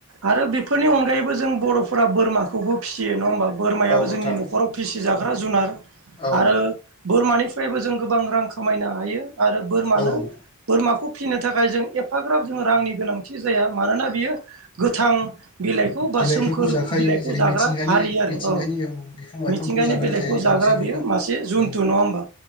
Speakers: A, on the right; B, on the left.
A: आरो बेफोरनि अनगायैबो जों बर'फोरा बोरमा -खौबो फिसियो नङा होमबा बोरमायाबो
B: औ नोंथां
A: जोंनि न'खराव फिसिजाग्रा जुनार।
B: औ
A: आरो बोरमानिफ्रायबो जों गोबां रां खामायनो हायो। आरो बोरमानो
B: औ
A: बोरमाखौ फिसिनो थाखाय जों एफा -ग्राब जोङो रांनि गोनांथि जाया मानोना बियो गोथां बिलाइखौ बा
B: बिलाइफोरखौ
A: सोमखोर
B: जाखायो
A: बिलाइखौ
B: जेरै
A: जाग्रा
B: मिथिंगानि
A: हारि आरो
B: मिथिंगानि
A: औ
B: बिफां लाइफांखौ
A: मिथिंगानि
B: जानानै
A: बिलाइखौ
B: थायो गांसोफोरखौ
A: जा -ग्रा बेयो मासे जुनथु
B: उम
A: नङा होनबा?